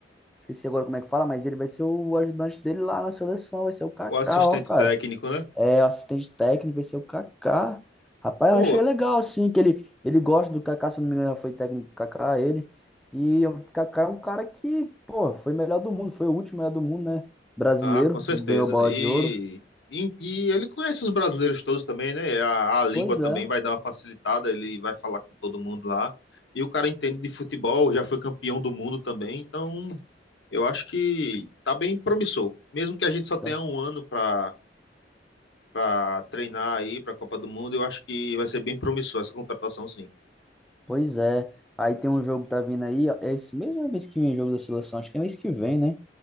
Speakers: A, in the centre; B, on the left (about 75°).
A: Esqueci agora como é que fala, mas ele vai ser o ajudante dele lá na seleção, vai ser o Kaká,
B: O assistente
A: ó, cara.
B: técnico, né?
A: É assistente técnico, vai ser o Kaká. Rapaz,
B: Pô,
A: eu achei legal, assim, que ele, ele gosta do Kaká, se eu não me engano, já foi técnico do Kaká, ele. E o Kaká é um cara que, pô, foi melhor do mundo, foi o último melhor do mundo, né? Brasileiro,
B: Ah, com certeza.
A: ganhou bola
B: E,
A: de ouro.
B: e, e ele conhece os brasileiros todos também, né? A, a língua
A: Pois
B: também
A: é.
B: vai dar uma facilitada, ele vai falar com todo mundo lá. E o cara entende de futebol, já foi campeão do mundo também, então eu acho que tá bem promissor. Mesmo que a gente só tenha
A: Então,
B: um ano para para treinar aí para a Copa do Mundo, eu acho que vai ser bem promissor essa contratação, sim.
A: Pois é. Aí tem um jogo que tá vindo aí, ó, é esse mesmo é mês que vem o jogo da seleção, acho que é mês que vem, né?